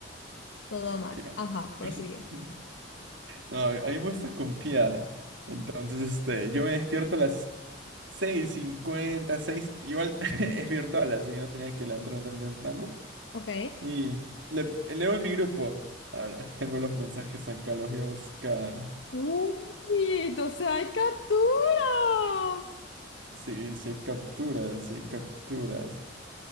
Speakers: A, on the left (about 75°); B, on the right (about 75°).
A: Todo mal.
B: Yo-
A: Ajá, prosigue.
B: <laughs> No, a mí me gusta confiar. Entonces, este, yo me despierto a las seis cincuenta seis Igual <laughs> es virtual, así que no tenía que levantarme tan temprano.
A: Ok.
B: Y le- leo en mi grupo. Ahora <laughs> tengo los mensajes acá, los voy a buscar.
A: ¡Uy! ¡Entonces hay capturas!
B: Sí, sí hay capturas, sí hay capturas.